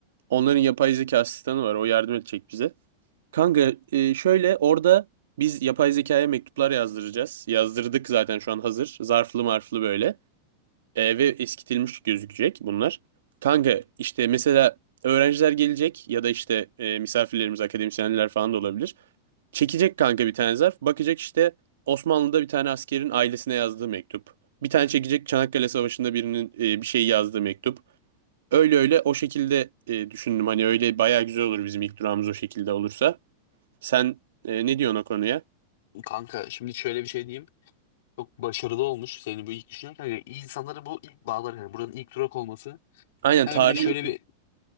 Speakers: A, on the right (about 85°); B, on the left (about 60°).
A: Onların yapay zeka asistanı var o yardım edecek bize. Kanka e, şöyle orada biz yapay zekaya mektuplar yazdıracağız. Yazdırdık zaten şu an hazır. Zarflı marflı böyle. e, ve eskitilmiş gözükecek bunlar. Kanka işte mesela öğrenciler gelecek ya da işte e, misafirlerimiz akademisyenler falan da olabilir. Çekecek kanka bir tane zarf. Bakacak işte Osmanlı'da bir tane askerin ailesine yazdığı mektup. Bir tane çekecek Çanakkale Savaşı'nda birinin e, bir şey yazdığı mektup. Öyle öyle o şekilde e, düşündüm. Hani öyle bayağı güzel olur bizim ilk durağımız o şekilde olursa. Sen e, ne diyorsun o konuya?
B: Kanka şimdi şöyle bir şey diyeyim. Çok başarılı olmuş. Senin bu ilk düşünen kanka. İyi insanları bu ilk bağlar. Yani buranın ilk durak olması.
A: Aynen
B: Kanka
A: tarihi.
B: bir de şöyle bir